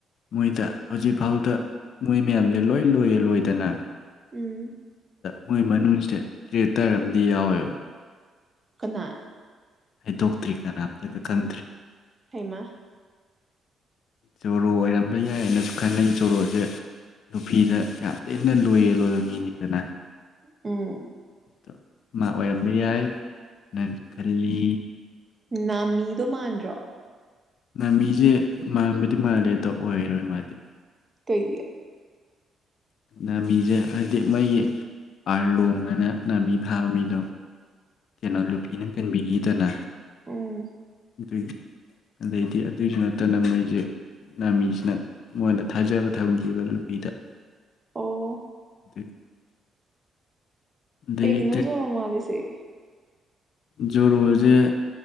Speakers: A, on the left; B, on the right.
A: ꯃꫭꯏꯗ ꯍꯧꯖꯤꯛ ꯐꯥꯎꯗ ꯃꫭꯏ ꯃꯌꯥꯝꯁ‌ꯦ ꯂꫭꯏ ꯂꫭꯏꯌ‌ꯦꯟ ꯑꫭꯏꯗꯅ
B: ꯎꯝ
A: ꯃꫭꯏ ꯃꯅꯨꯡꯁ‌ꯦ ꯀꯔ‌ꯦꯇꯔ ꯑꯝꯗꯤ ꯌꯥꯎꯋ‌ꯦꯕ
B: ꯀꯅꯥ
A: ꯍꯥꯏꯗꫭꯛꯇꯔꯤ ꯀꯅꯥꯝ ꯇꯥꯗ ꯈꯪꯗꯔꯤ
B: ꯍꯩꯃꯥ
A: ꯖꫭꯔꫭ ꯑꫭꯏꯔꯝꯕ ꯌꯥꯏꯁꯨ ꯈꯪꯅꯩ ꯖꫭꯔꫭꯁ‌ꯦ ꯂꯨꯐꯤꯅ ꯌꯥꯝ ꯊꯤꯅ ꯂꫭꯌ‌ꯦꯟ ꯑꫭꯏꯕ ꯃꯤꯅꯤꯗꯅ
B: ꯎꯝ
A: ꯇꫭ ꯃꯥ ꯑꫭꯏꯔꯝꯕ ꯌꯥꯏꯅ ꯈꯜꯂꯤ
B: ꯅꯥꯃꯤꯗꫭ ꯃꯟꯗ꯭ꯔꫭ
A: ꯅꯃꯤꯖ‌ꯦ ꯃꯟꯕꯨꯗꯤ ꯃꯜꯂ‌ꯦ ꯑꯗꫭ ꯑꫭꯏꯔꫭꯏ ꯃꯥꯗꯤ
B: ꯀꯩꯒꯤ
A: ꯅꯥꯃꯤꯖ‌ꯦ ꯍꯥꯏꯗꯤ ꯃꯩ ꯑꯔꯂꫭꯡꯅꯅ‌ꯦ ꯅꯃꯤ ꯐꯥꯕ ꯃꯤꯗꫭ ꯀꯩꯅꫭ ꯂꯨꯐꯤꯅ ꯀꯟꯕꯤꯒꯤ ꯇ‌ꯦꯅ
B: ꯑꯝ
A: ꯑꯗꯨꯏꯅꯤ ꯑꯗꯨꯏꯗꯤ ꯑꯗꯨꯖꯨꯅꯠꯇꯅ ꯃꫭꯏꯖ‌ꯦ ꯅꯟꯃꯤꯁꯤꯅ ꯃꫭꯏꯗ ꯊꯥꯖꯕ ꯊꯝꯈꯤꯕ ꯂꯨꯐꯤꯗ
B: ꯑꯣ
A: <unintelligible> ꯑꯗꯩꯗꯤ
B: ꯀꯩꯒꯤꯅꫭ ꯖꫭꯔꫭꯃꯜꯂꯤꯁ‌ꯦ
A: ꯖꫭꯔꫭꯖ‌ꯦ